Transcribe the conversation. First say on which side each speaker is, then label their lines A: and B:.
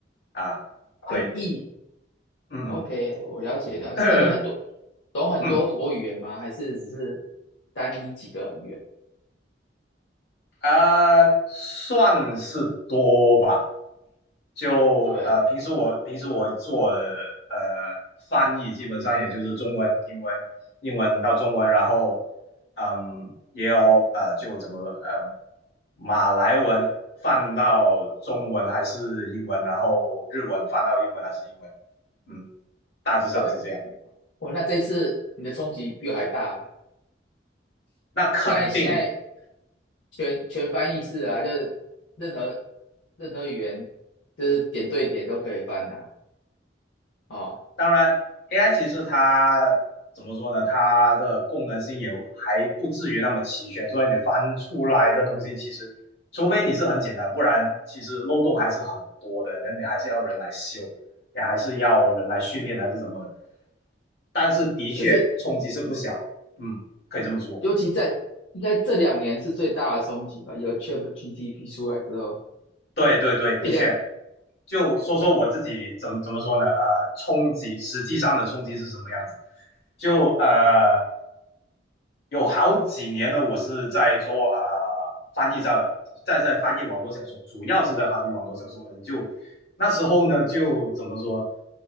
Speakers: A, on the left; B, on the left.
A: 啊，
B: 翻译
A: 对，嗯嗯
B: ？OK，我了解了解，
A: <coughs>
B: 那你很多
A: <clears throat>
B: 懂很多多语言吗？
A: 嗯
B: 还是只是单一几个语言？
A: 啊、算是多吧，就呃，
B: 对，
A: 平时我平时我做的呃翻译基本上也就是中文、英文、英文到中文，然后嗯，也有呃，就怎么呃，马来文翻到中文还是英文，然后日文翻到英文还是英文，嗯，大致上是这样。
B: 对，哦，那这一次你的冲击比我还大。
A: 那肯定
B: 现在现在全全翻译式啊，就是任何任何语言，就是点对点都可以翻啊。哦，
A: 当然，AI 其实它怎么说呢？它的功能性也还不至于那么齐全，所以你翻出来的东西其实，除非你是很简单，不然其实漏洞还是很多的。那你还是要人来修，也还是要人来训练还是什么的。但是的确冲击是不小，
B: 可是
A: 嗯，可以这么说。
B: 尤其在应该这两年是最大的冲击吧？有 ChatGPT 出来之后，
A: 对对对，的确。
B: 这两
A: 就说说我自己怎么怎么说呢？呃，冲击实际上的冲击是什么样子？就呃，有好几年呢，我是在做啊、呃翻译在在在翻译网络小说，主要是在翻译网络小说的。就那时候呢，就怎么说，